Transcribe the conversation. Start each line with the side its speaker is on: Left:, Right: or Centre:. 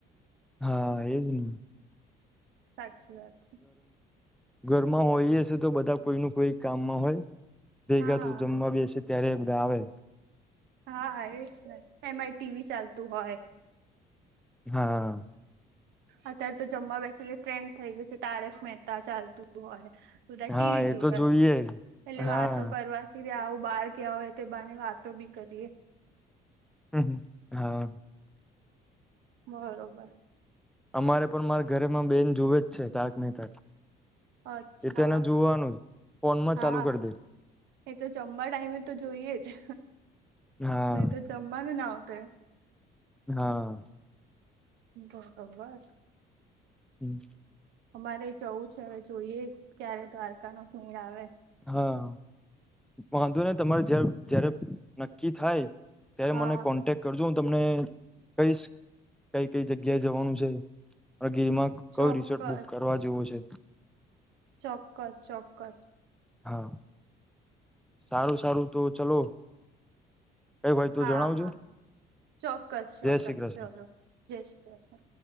Centre: હા એજ નહી
Right: સાચી વાત છે
Centre: ઘરમાં હોય હશે તો બધા કોઈ ન કોઈ કામમાં હોય ભેગા
Right: હા
Centre: તો જમવા બી હશે ત્યારે બ આવે
Right: હા એ જ એમાં ટીવી ચાલતું હોય
Centre: હા
Right: અત્યારે તો જમવા બેસીને ફ્રેન્ડ થઇ ગયું છે તારક મહેતા ચાલતું હોય બધા ટીવી
Centre: હા એ
Right: જોવે
Centre: તો જોઈએ જ
Right: એટલે
Centre: હા
Right: વાતો કરવાથી આવું બહાર કવા હોય તે બને વાતો બી કરીએ
Centre: હમ હ હા
Right: બરોબર
Centre: અમારે પણ મારે ઘરેમાં બેન જોવે જ છે તારક ન તક
Right: અચ્છા
Centre: એ તો એને જોવાનું ફોનમાં
Right: હા
Centre: ચાલુ કરી દે
Right: એ તો જમવાા ટાઈમે તો જોઈએ જ
Centre: હા
Right: નહી તો જમવાની ના આવત
Centre: હા
Right: બરોબર
Centre: હમ
Right: અમારે જવું છે હવે જોઈએ ક્યારે દ્વારકા નો ખીણ આવે
Centre: હા વાંધો ને તમારે જ જયારે નક્કી થાય ત્યારે
Right: હા
Centre: મને કોન્ટેક્ટ કરજો તમને કઈ કઈ કઈ જગ્યાએ જવાનું છે ગીરમાં
Right: ચોક્કસ
Centre: કયોું રિસોર્ટ બુક કરવા જેવો છે
Right: ચોક્કસ ચોક્કસ
Centre: હા સારું સારું તો ચલો કઈ હોય તો
Right: હા
Centre: જણાવજો
Right: હા ચોક્કસ ચોક્કસ
Centre: જય શ્રી કૃષ્ણ
Right: ચલોો જય શ્રી કૃષ્ણ